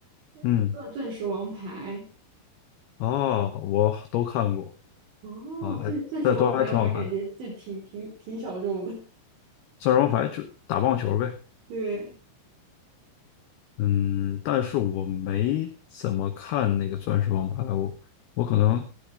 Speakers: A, on the right; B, on the left.
A: 呃钻钻石王牌。
B: 嗯，哦，我都看过
A: 哦，
B: 啊，还但都还挺好看的。
A: 钻钻石王牌我还感觉就挺挺挺小众的。
B: 钻石王牌就打棒球呗，
A: 对，
B: 嗯，但是我没怎么看那个钻石王牌，我我可能